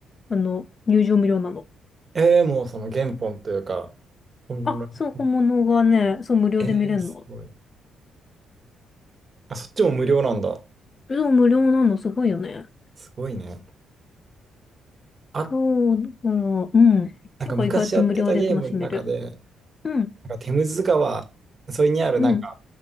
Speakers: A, on the left; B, on the right.
A: あの、入場無料なの。
B: えー、もうその原本というか、本来
A: あ、そう、本物がね、そう、無料で見れるの。
B: えー、すごい。あ、そっちも無料なんだ。
A: そう、無料なの、すごいよね。
B: すごいね。あ、
A: そう、だから、うん。
B: なんか昔やってたゲームの中で、
A: なんか意外と無料で楽しめる。うん、
B: なんかテムズ川沿いにあるなんか
A: うん。